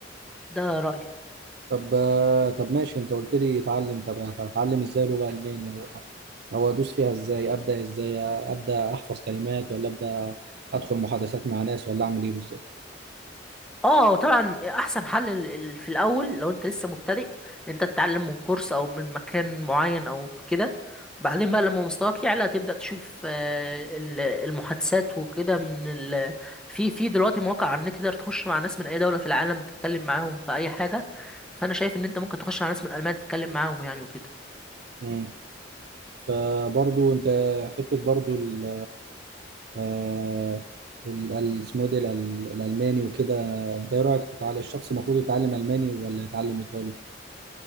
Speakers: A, in the centre; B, on the right.
A: ده رايي
B: طب آه، طب ماشي انت قلت لي اتعلم طب هتعلم ازاي لغة ألمانية او أو ادوس فيها ازاي ابدا ازاي ابدا احفظ كلمات ولا ابدا ادخل محادثات مع ناس ولا اعمل ايه بالظبط
A: اه طبعا احسن حل ال- ال- في الاول لو انت لسه مبتدئ ان انت تتعلم من كورس او من مكان معين او كده بعدين بقى لما مستواك يعلى تبدا تشوف آه، ال- المحادثات وكده من ال... في في دلوقتي مواقع على النت تقدر تخش مع ناس من اي دوله في العالم تتكلم معاهم في اي حاجه فانا شايف ان انت ممكن تخش مع ناس من المانيا تتكلم معاهم يعني وكده
B: مم. فبرضو انت حتة برضو ال آه، ال- ال- اسمه ده ال- الالماني وكده انت ايه رايك تتعلم الشخص المفروض يتعلم الماني ولا يتعلم ايطالي